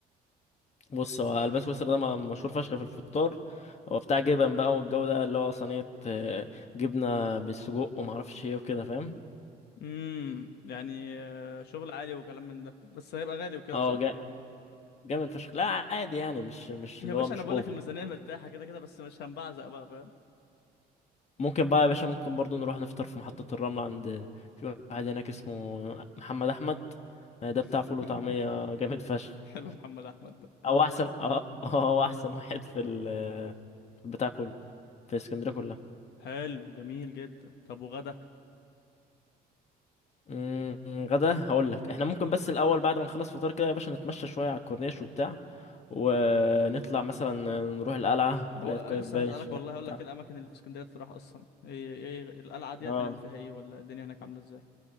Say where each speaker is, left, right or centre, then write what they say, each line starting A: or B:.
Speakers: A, on the left; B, on the left.
A: بص هو ألبان سويسرا ده م- مشهور فشخ في الفطار هو بتاع جبن بقى والجو ده اللي هو صينية آه، جبنة بالسجق ومعرفش ايه وكده فاهم؟
B: امم يعني آه، شغل عالي وكلام من ده بس هيبقى غالي وكده
A: اه
B: صح
A: جا- جامد فشخ لا عادي يعني مش مش
B: يا
A: اللي
B: باشا
A: هو مش
B: انا بقول
A: اوفر
B: لك الميزانيه مرتاحه كده كده بس مش هنبعزق بقى فاهم
A: ممكن بقى يا باشا ممكن برضو نروح نفطر في محطة الرمل عند في واحد هناك اسمه محمد أحمد آه،
B: <laughs>
A: ده بتاع فول وطعمية جامد فشخ
B: حلو محمد احمد ده
A: هو احسن اه <laughs> آه، هو احسن واحد في ال في البتاع كله في اسكندريه كلها
B: حلو جميل جدا طب وغدا
A: أمم، غدا هقول لك احنا ممكن بس الاول بعد ما نخلص فطار كده يا باشا نتمشى شويه على الكورنيش وبتاع ونطلع مثلا نروح القلعه قلعه
B: هو آه،
A: قايتباي
B: لسه هسألك
A: سمعت
B: والله هقول لك
A: عنها؟
B: ايه الاماكن اللي في اسكندريه تروح اصلا ايه ايه القلعه دي
A: اه
B: هنعمل فيها ايه ولا الدنيا هناك عامله ازاي